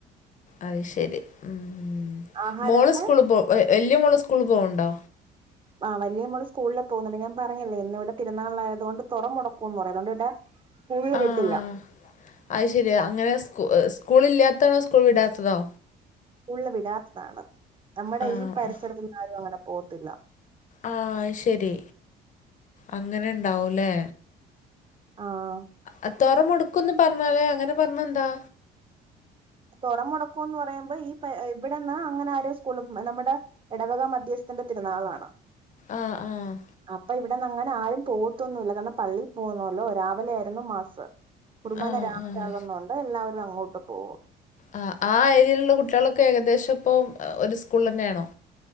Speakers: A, on the left (about 50°); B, on the right (about 30°).
A: അത് ശരി ഉം
B: ആഹാരമൊക്കെ
A: മോള് സ്കൂൾ പോ വല്യ മോള് സ്കൂൾ പോണ്‌ണ്ടോ?
B: ആഹ് വല്യ മോള് സ്കൂൾല് പോകുന്നുണ്ട്. ഞാൻ പറഞ്ഞില്ലെ ഇന്ന് ഇവിടെ തിര്നാളായത് കൊണ്ട് തൊറമുടക്കുംന്ന് പറയും അുകൊണ്ട് ഇവിടെ സ്കൂളിൽ
A: ആഹ്
B: വിട്ടില്ല
A: അത് ശരി ആഹ് അങ്ങനെ സ്‌കൂ സ്കൂൾ ഇല്ലാത്താണോ സ്കൂൾ വിടാത്തതോ?
B: സ്കൂൾല് വിടാത്തതാണ്. നമ്മുടെ
A: ആ
B: ഈ പരിസരത്ത്ന്ന്
A: ആ
B: ആരും അങ്ങനെ പോകത്തില്ല
A: ആഹ് അത്ശരി അങ്ങനെ ഉണ്ടാവുംല്ലേ
B: ആഹ്
A: ആഹ് തൊറ മുടുക്കുംന്ന് പറഞ്ഞാലേ അങ്ങനെ പറഞ്ഞ എന്താ?
B: തുറ മുടക്കുംന്ന് പറയുമ്പോ ഈ പെ ഇവിടെന്ന് അങ്ങനെ ആര് സ്കൂള് നമ്മുടെ എടവക മധ്യസ്ഥന്റെ തിരനാളാണ്
A: ആഹ് ആഹ്
B: അപ്പൊ ഇവിടന്ന് അങ്ങനെ ആരും പോവൊത്തൊന്നുല്ല കാരണം പള്ളിയിൽ പോന്നോല്ലോ രാവിലെ ആയിരുന്നു മാസ്. കുർബാന
A: ആ
B: രാവിലാകുന്നുണ്ട്
A: ആ
B: എല്ലാവരും അങ്ങോട്ട് പോവും
A: ആഹ് ആ ഏരിയയിലുള്ള കുട്ടികളൊക്കെ ഏകദേശം ഇപ്പം ഒരു സ്കൂളന്നെയാണോ?